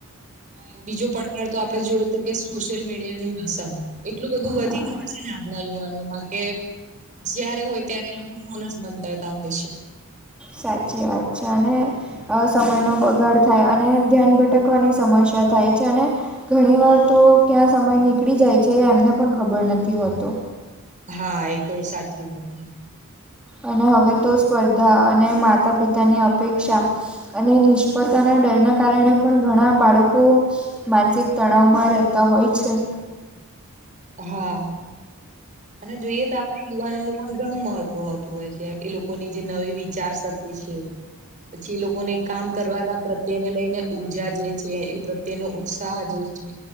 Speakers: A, on the right; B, in the centre.
A: ને બીજો પડકાર તો આપડે જોયો તો કે સોશિયલ મીડિયાની <unintelligible> એટલું બધું વધી
B: હા
A: ગયું છે, ને આજના યુવાનોમાં કે જયારે હોય ત્યારે એ લોકો ફોન જ બંધ કરતા હોય છે.
B: સાચી વાત છે, અને અ સમયનો બગાડ થાય અને ધ્યાન ભટકવાની સમસ્યા થાય છે, અને ઘણી વાર તો ક્યાં સમય નીકળી જાય છે, એ એમને પણ ખબર નથી હોતુ
A: હા એ તો સાચી વાત
B: અને હવે તો સ્પર્ધા અને માતા પિતાની અપેક્ષા અને નિષ્ફળતાના ડરના કારણે પણ ઘણા બાળકો માનસિક તણાવમાં રહેતા હોય છે.
A: હા. અને જોઈએ તો આપણે યુવાનોનું પણ ઘણું મહત્વ હોતું હોય છે, એ લોકોની જે નવી વિચાર શક્તિ છે. પછી એ લોકોને કામ કરવાના પ્રત્યેને લઈને ઉર્જા જે છે, એ પ્રત તેનો ઉત્સાહ જે છે,